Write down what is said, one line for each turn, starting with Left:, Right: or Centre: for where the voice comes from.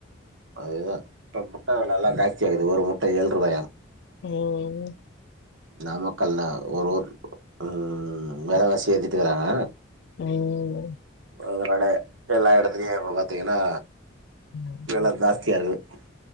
Right: அதுதா இப்ப முட்ட வெல எல்லா ஜாஸ்தி ஆகுது ஒரு முட் ட ஏள்ரூபாயா
Left: ஓ
Right: நாமக்கல்ல ஒரொர் உம் வேலவாசிய இ த்துறாங்க
Left: உம்
Right: அதுனால எல்லா எடத்துலயு இப்ப பாத்தீங்கன்னா
Left: <unintelligible>
Right: வெல ஜாஸ்தியா இருக்குது